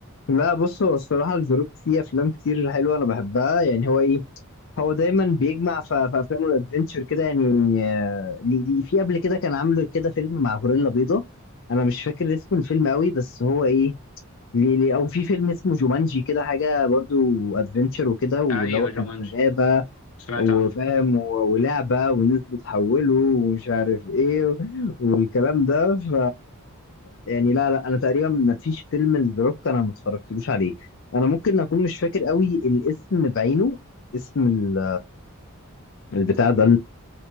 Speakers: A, on the left; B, on the left.
A: لا بص هو الصراحه الزروك فيه افلام كتير حلوه انا بحبها يعني هو ايه هو دايما بيجمع ف- في افلامه الادفنتشر كده يعني آه، ليه- ليه- في قبل كده كان عامل كده فيلم مع غوريلا بيضاء انا مش فاكر اسم الفيلم قوي بس هو ايه ليه ليه او في فيلم اسمه جومانجي كده حاجه برضو ادفنتشر وكده واللي
B: ايوه
A: هو كان
B: جومانجي
A: في غابه
B: سمعت
A: وفاهم
B: عنه
A: و- ولعبه ونزلوا تحولوا ومش عارف ايه والكلام ده ف يعني لا لا انا تقريبا ما فيش فيلم لدروك انا ما اتفرجتلوش عليه انا ممكن اكون مش فاكر قوي الاسم بعينه اسم ال- البتاع ده